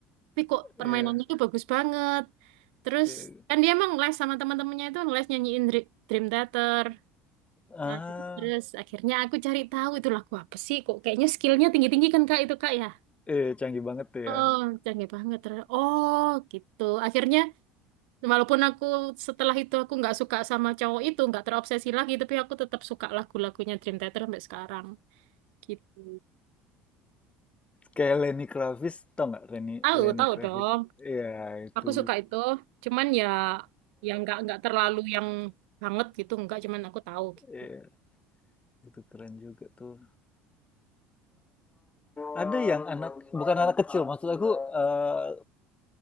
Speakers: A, on the right; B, on the left.
A: Tapi kok permainannya
B: iya
A: itu bagus banget. Terus
B: iya.
A: kan dia emang les sama teman-temannya itu les nyanyiin Dr- Dream Theater.
B: Ah,
A: Nah, terus akhirnya aku cari tahu itu lagu apa sih kok kayaknya skillnya tinggi-tinggi kan Kak itu Kak ya.
B: iya canggih banget tuh
A: Oh,
B: ya.
A: canggih banget. Terus, Oh, gitu. Akhirnya walaupun aku setelah itu aku nggak suka sama cowok itu, nggak terobsesi lagi, tapi aku tetap suka lagu-lagunya Dream Theater sampai sekarang. Gitu.
B: Kayak Lenny Kravitz, tau nggak Lenny
A: Tahu,
B: Lenny
A: tahu
B: Kravitz?
A: dong.
B: Iya itu
A: Aku suka itu. Cuman ya yang nggak nggak terlalu yang banget gitu, nggak cuman aku tahu gitu.
B: iya, itu keren juga tuh. Ada yang anak bukan anak kecil, maksud aku, eh,